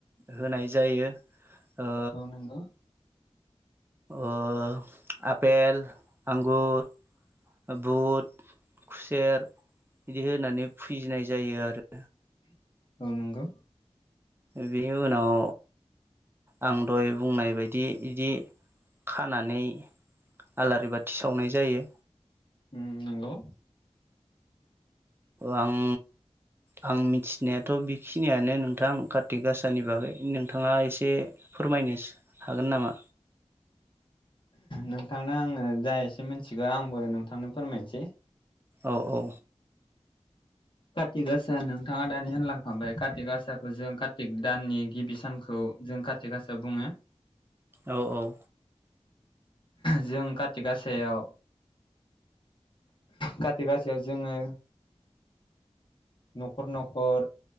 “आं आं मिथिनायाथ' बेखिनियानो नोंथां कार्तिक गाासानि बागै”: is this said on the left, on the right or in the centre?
Right